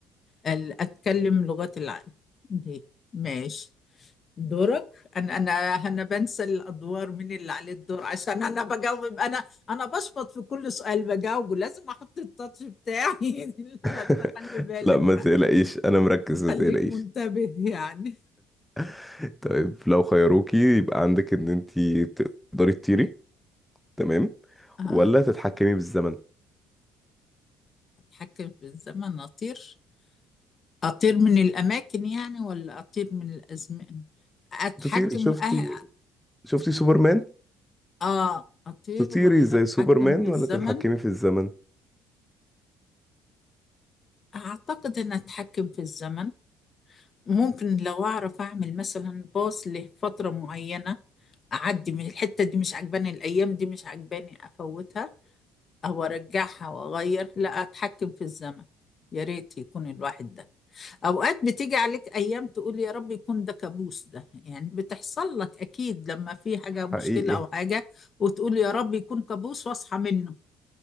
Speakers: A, on the left (about 40°); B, in the centre.
A: ال... اتكلم لغات العالم دي ماشي دورك انا انا انا بنسى الادوار مين اللي عليه الدور عشان انا بجاوب انا انا بشبط في كل سؤال بجاوبه لازم احط التاتش بتاعي <laughs>
B: <laughs>
A: فانت خلي بالك
B: لا ما
A: بقى
B: تقلقيش انا مركز ما
A: خليك
B: تقلقيش
A: منتبه يعني
B: <laughs> طيب لو خيروكي يبقى عندك ان انتي تقدري تطيري تمام
A: آه.
B: ولا تتحكمي بالزمن
A: أتحكم في الزمن أطير أطير من الأماكن يعني ولا أطير من الأزمان أتحكم
B: تطيري شفتي
A: في أه...
B: شفتي سوبرمان
A: آه أطير
B: تطيري
A: ولا
B: زي
A: أتحكم
B: سوبرمان
A: في الزمن
B: ولا تتحكمي في الزمن
A: أعتقد أن أتحكم في الزمن ممكن لو أعرف أعمل مثلا باص لفترة معينة أعدي من الحتة دي مش عجباني الأيام دي مش عجباني أفوتها أو أرجعها وأغير لا أتحكم في الزمن يا ريت يكون الواحد ده اوقات بتيجي عليك ايام تقول يا رب يكون ده كابوس ده يعني بتحصل لك اكيد لما في حاجة
B: حقيقي
A: مشكلة او حاجة وتقول يا رب يكون كابوس واصحى منه